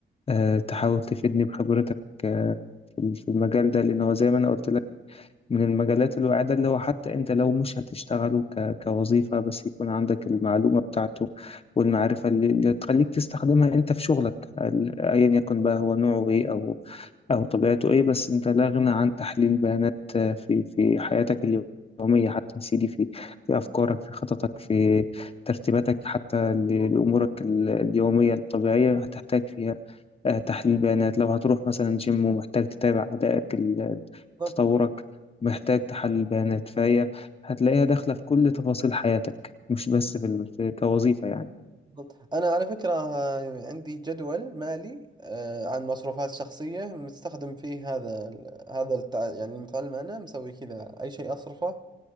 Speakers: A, on the left; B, on the right.
A: آه، تحاول تفيدني بخبرتك آه، في في المجال ده لأن هو زي ما أنا قلت لك من المجالات الواعدة اللي هو حتى انت لو مش هتشتغله ك... كوظيفة بس يكون عندك المعلومة بتاعته والمعرفة اللي اللي تخليك تستخدمها انت في شغلك ال- ايا يكن بقى هو نوعه ايه او او طبيعته ايه بس انت لا غنى عن تحليل بيانات آه، في في حياتك اليومية حتى يا سيدي في في افكارك في خططك في ترتيباتك حتى ل- لامورك ال- اليومية الطبيعية هتحتاج فيها آه، تحليل بيانات لو هتروح مثلا جيم ومحتاج تتابع أدائك ال-
B: بالضبط
A: تطورك محتاج تحلل بيانات فهي هتلاقيها داخلة في كل تفاصيل حياتك مش بس في ال- في- كوظيفة يعني
B: بالضبط. أنا على فكرة آه، عندي جدول مالي آه، عن مصروفات شخصية مستخدم فيه هذا ال- هذا التع... يعني المتعلم أنا مسوي كذا أي شيء أصرفه